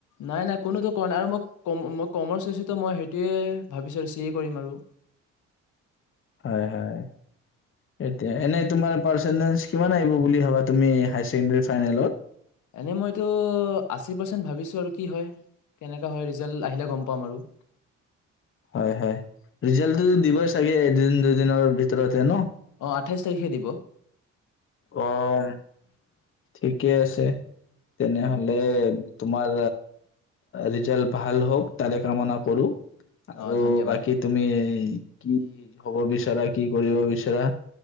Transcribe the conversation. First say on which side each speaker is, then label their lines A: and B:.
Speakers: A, on the left; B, on the left.
A: নাই নাই, কোনোতো কোৱা নাই আৰু মই মই কমাৰ্চ লৈছোত' মই সেইটোৱে ভাবিছোঁ চি এ কৰিম আৰু।
B: হয় হয়। এতিয়া, এনে তোমাৰ পাৰ্চেন্টেজ কিমান আহিব বুলি ভাবা তুমি হায়াৰ ছেকেণ্ডাৰী ফাইনেলত?
A: এনে মইতো আশী পাৰ্চন্ট ভাবিছোঁ, আৰু কি হয় কেনেকা হয়, ৰিজাল্ট আহিলে গম পাম আৰু।
B: হয় হয়, ৰিজালটো দিবই চাগে এদিন দুদিনৰ ভিতৰতে ন?
A: অ', আঠাইশ তাৰিখে দিব।
B: অ'। ঠিকেই আছে। তেনেহলে
A: উম,
B: তোমাৰ ৰিজাল্ট ভাল হওক, তাৰে কামনা কৰোঁ। আৰু
A: অঁ ধন্যবাদ
B: বাকী তুমি কি হ'ব <unintelligible> বিচাৰা কি কৰিব বিচৰা